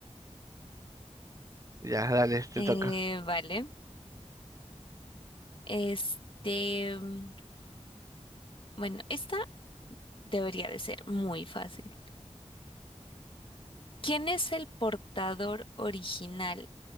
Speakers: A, on the right; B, on the left.
A: Ya, dale, te
B: eh,
A: toca.
B: vale. Este... mm, Bueno, esta debería de ser muy fácil. ¿Quién es el portador original?